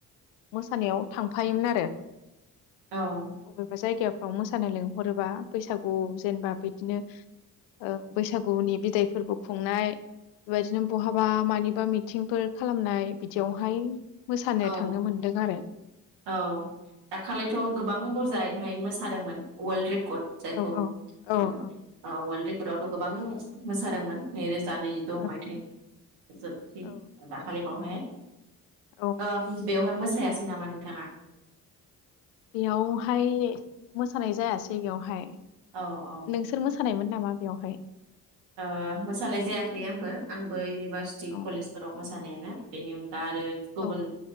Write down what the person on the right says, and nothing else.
औ
औ
औ दाखालिथ' गोबां बुरजाय हाय मोसादोंमोन अवालड रे कत जायखौ
बुंदों
वर्ड रेक गोबां मोसादोंमोन नै रोजा जा नैजिद'
मायथाइ जोबथि
दाखालि बावहाय <inaudible>
ओ‌ बेवहाय मोस। मोसायासै नामा नोंथाङा।
औ औ
ओ मोसानाय जायाखै आंबो आं <unintelligible> भारसिटि
कलेजफोराव मो जानायानो बिनिअन। आरो गुबुन